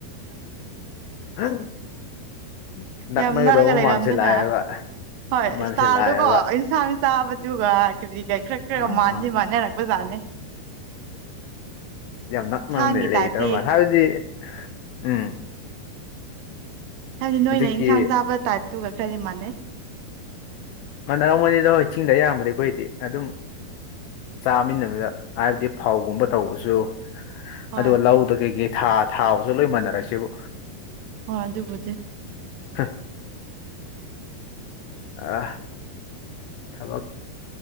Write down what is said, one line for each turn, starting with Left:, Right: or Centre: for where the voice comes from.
Left: <inaudible> ꯅꯛꯅꯒꯗꯧꯕ
Right: ꯌꯥꯝ ꯅꯛꯑꯒ ꯂꯩꯔꯝꯗꯅ
Left: ꯃꯥꯟꯁꯤꯜꯂꯛꯑꯦꯕ
Right: ꯍꯣꯏ
Left: ꯃꯥꯟꯁꯤꯜꯂꯛꯑꯦꯕ
Right: ꯏꯁꯇꯥꯜꯗꯨꯀꯣ ꯌꯦꯟꯁꯥꯡ ꯆꯥꯕꯗꯨꯒ ꯀꯔꯤ ꯀꯔꯤ ꯈꯥꯔ ꯈꯥꯔꯒ
Left: ꯑꯥ
Right: ꯃꯥꯟꯗꯤ ꯃꯥꯟꯅꯔꯛꯄꯖꯥꯠꯅꯦ
Left: ꯌꯥꯝ ꯅꯛꯅ
Right: ꯏꯟꯁꯥꯡꯒꯤ
Left: ꯂꯩꯒꯗꯕ
Right: ꯇꯥꯏꯞꯇꯤ
Left: ꯃꯥꯂꯦ ꯍꯥꯏꯕꯗꯤ ꯎꯝ
Right: ꯍꯥꯏꯕꯗꯤ ꯅꯣꯏꯅ
Left: ꯍꯧꯖꯤꯛꯀꯤ
Right: ꯏꯟꯁꯥꯡ ꯆꯥꯕ ꯇꯥꯏꯞꯇꯨꯒ ꯈꯔꯗꯤ ꯃꯥꯟꯅꯩ
Left: ꯃꯥꯟꯅꯔꯝꯒꯅꯤꯗ ꯍꯣꯏ ꯆꯤꯡꯗ ꯑꯌꯥꯝꯕꯗꯤ ꯑꯈꯣꯏꯗꯤ ꯑꯗꯨꯝ ꯆꯥꯃꯤꯟꯅꯕꯗ ꯍꯥꯏꯕꯗꯤ ꯐꯧꯒꯨꯝꯕ ꯇꯧꯕꯁꯨ
Right: ꯍꯣꯏ
Left: ꯑꯗꯨꯒ ꯂꯧꯗ ꯀꯩꯀꯩ ꯊꯥ ꯊꯥꯕꯁꯨ ꯂꯣꯏ ꯃꯟꯅꯔꯁꯤꯕꯨ
Right: ꯍꯣꯏ ꯑꯗꯨꯕꯨꯗꯤ
Left: ꯍꯪ ꯑꯥ ꯊꯕꯛ